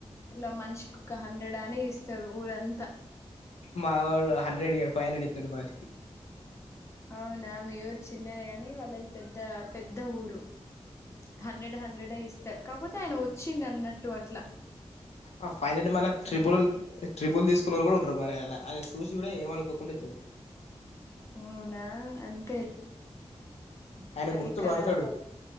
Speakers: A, on the left; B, on the left.
A: ఇట్లా మనిషికి ఒక హండ్రెడ్ అని ఇస్తారు ఊరంతా.
B: మావాడు హండ్రెడ్ ఈయడు ఫైవ్ హండ్రెడ్ ఇతడు మనిషికి.
A: అవునా మీ ఊరు చిన్నది కానీ వాళ్లది పెద్ద ఊరు హండ్రెడ్, హండ్రెడ్ ఏ ఇస్తారు కాకపోతే ఆయన వచ్చిండు అన్నట్లు అట్లా.
B: ఆ ఫైనల్లీ మాల్ల
A: అందరికి
B: త్రిబుల్ తీసుకున్న వాళ్ళు కూడా ఉంటారు మలా ఆళ్ల. అయినా చూసి కూడా ఏమనుకోకుండా ఇతడు.
A: అవునా అంత్
B: ఆయన గుర్తు
A: ఇక్కడ
B: పడతాడు